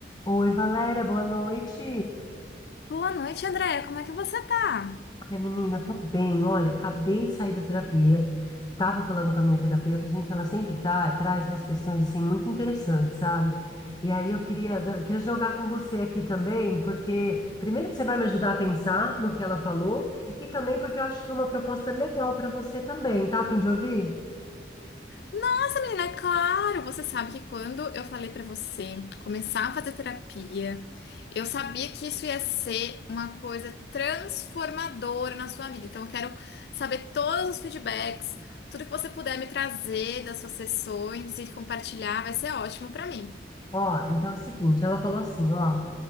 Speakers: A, on the left (about 20°); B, on the left (about 60°).
A: Oi, Valéria, boa noite.
B: Boa noite, Andréia. Como é que você tá?
A: Ai, menina, tô bem. Olha, acabei de sair da terapia. Tava falando com a minha terapeuta, gente, ela sempre tra- traz umas questões assim muito interessantes, sabe? E aí eu queria, da- eu queria jogar com você aqui também, porque primeiro que você vai me ajudar a pensar no que ela falou, e também porque eu acho que é uma proposta legal pra você também, tá? A fim de ouvir?
B: Nossa, menina, é claro, você sabe que quando eu falei pra você começar a fazer terapia, eu sabia que isso ia ser uma coisa transformadora na sua vida. Então, eu quero saber todos os feedbacks, tudo que você puder me trazer das suas sessões e compartilhar, vai ser ótimo pra mim.
A: Ó, então é o seguinte, ela falou assim, ó.